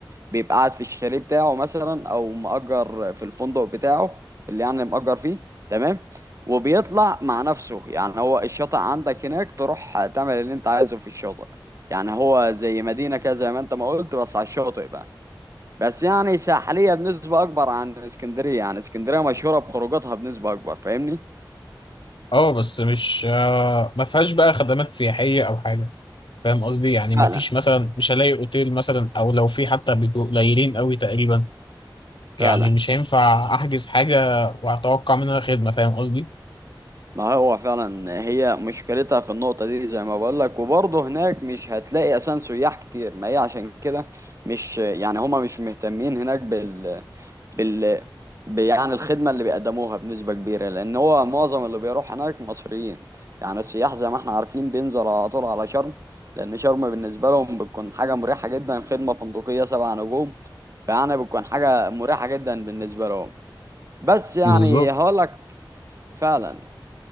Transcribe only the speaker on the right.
بيبقى قاعد في الشاليه بتاعه مثلا او مأجر في الفندق بتاعه اللي يعني مأجر فيه تمام وبيطلع مع نفسه يعني هو الشاطئ عندك هناك تروح تعمل اللي انت عايزه في الشاطئ يعني هو زي مدينة كده زي ما انت ما قلت بس على الشاطئ بقى بس يعني ساحلية بنسبة أكبر عن اسكندرية يعني اسكندرية مشهورة بخروجاتها بنسبة أكبر فاهمني؟
فعلا
فعلا
ما هو فعلا هي مشكلتها في النقطة دي زي ما بقول لك وبرضه هناك مش هتلاقي أساسا سياح كتير ما هي عشان كده مش يعني هما مش مهتمين هناك بال بال ب- يعني الخدمة اللي بيقدموها بنسبة كبيرة لأن هو معظم اللي بيروح هناك مصريين يعني السياح زي ما احنا عارفين بينزلوا على طول على شرم لأن شرم بالنسبة لهم بتكون حاجة مريحة جدا خدمة فندقية سبع نجوم فيعني بتكون حاجة مريحة جدا بالنسبة لهم بس يعني
هقول لك فعلا